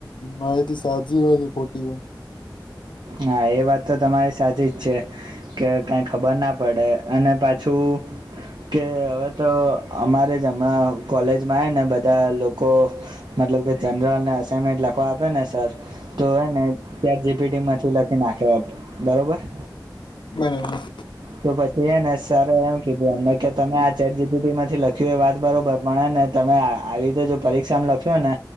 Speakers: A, on the left (about 80°); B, on the right (about 70°).
A: માહિતી સાચી હોય કે ખોટી હોય
B: હા એ વાત તો તમારી સાચી જ છે કે કઈ ખબર ના પડે અને પાછું કે હવે તો અમારે જ હમણાં કોલેજમાં હ ને બધા લોકો મતલબ કે જનરલ ને અસાઇનમેન્ટ લખવા આપે ને સર તો હ ને ચેટ જીપીટી માંથી લખી નાખે બરોબર
A: બરાબર
B: તો પછી એ ને સર એમ કીધું એમને કે તમે આ ચેટ જીપીટી માંથી લખ્યું એ વાત બરોબર પણ એ ને તમે આવી રીતે જો પરીક્ષામ લખ્યો ને